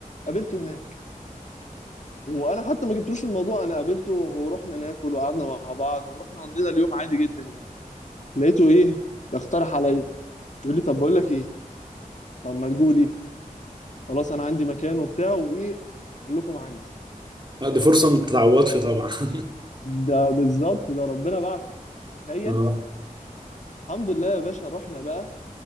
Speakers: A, on the left; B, on the right.
A: قابلته هناك وانا حتى ما جبتلوش الموضوع انا قابلته ورحنا ناكل وقعدنا مع بعض ورحنا قضينا اليوم عادي جدا يعني لقيته ايه يقترح عليا يقول لي طب بقول لك ايه طب ما تجولي خلاص انا عندي مكان وبتاع وايه خليكم عندي
B: آه، دي فرصه ما تتعوضش طبعا <laughs>
A: ده بالظبط ده ربنا بعته تخيل
B: اه
A: الحمد لله يا باشا رحنا بقى